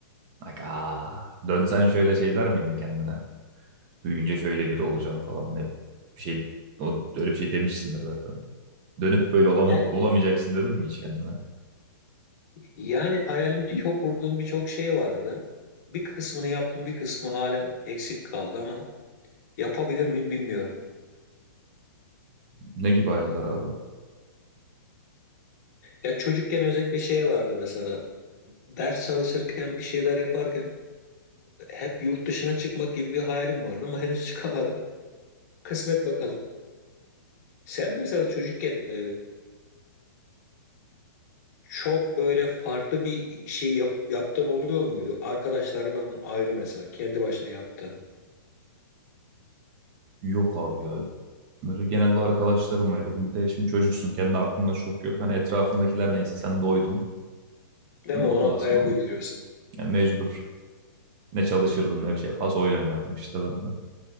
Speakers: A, on the right; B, on the left.
A: Aga, dönsen şöyle şey der miydin kendine? büyüyünce şöyle biri olacağım falan ne bileyim. Bir şey o öyle bir şey demişsindir zaten. Dönüp böyle olama-
B: Yani,
A: olamayacaksın dedin mi hiç kendine?
B: yani hayalini çok kurduğum birçok şey vardı. Bir kısmını yaptım, bir kısmı halen eksik kaldı ama yapabilir miyim bilmiyorum.
A: Ne gibi hayaller abi?
B: Ya çocukken özellikle şey vardı mesela. Ders çalışırken, bir şeyler yaparken hep yurt dışına çıkmak gibi bir hayalim vardı ama henüz <laughs> çıkamadım. Kısmet bakalım. Sen mesela çocukken e, çok böyle farklı bir şey yap, yaptığın oluyor muydu? Arkadaşlarından ayrı mesela, kendi başına yaptın.
A: Yok abi ya. Böyle genelde arkadaşlarımlaydım. Bir de şimdi çocuksun. Kendi aklında çok yok. Hani etrafındakiler neyse sen de oydun.
B: Değil
A: Ben
B: mi?
A: de
B: Ona
A: o klasmanım.
B: ayak uyduruyorsun.
A: Yani mecbur. Ne çalışırdım ne bir şey. Pas oyun oynardım işte ben de.